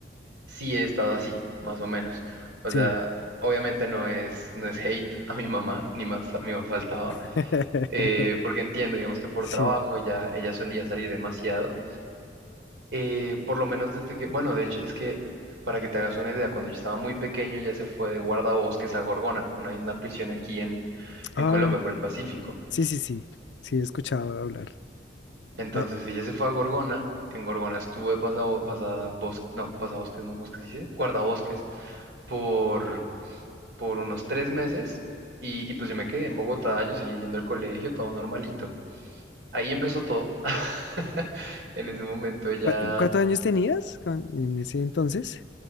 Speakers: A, on the right; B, on the left.
A: sí he estado así, más o menos. O
B: Sí.
A: sea, obviamente no es, no es hate a mi mamá, ni más, ni más faltaba,
B: <laughs>
A: eh, porque entiendo, digamos que por
B: Sí.
A: trabajo ella, ella solía salir demasiado. Eh, por lo menos desde que, bueno, de hecho, es que para que te hagas una idea, cuando yo estaba muy pequeño ya se fue de guardabosques a Gorgona, una, una prisión aquí en,
B: Ah,
A: en Colombia, por el Pacífico.
B: sí, sí, sí. Sí, he escuchado hablar.
A: Entonces
B: Ay,
A: ella se fue a Gorgona, en Gorgona estuve pasado, pasada bosque, no, pasabosques, no, ¿cómo es que se dice? Guardabosques por, por unos tres meses y, y pues yo me quedé en Bogotá, yo seguía yendo al colegio, todo normalito. Ahí empezó todo. <laughs> En ese
B: ok.
A: momento ella,
B: ¿Cu- ¿Cuántos años tenías con- en ese entonces?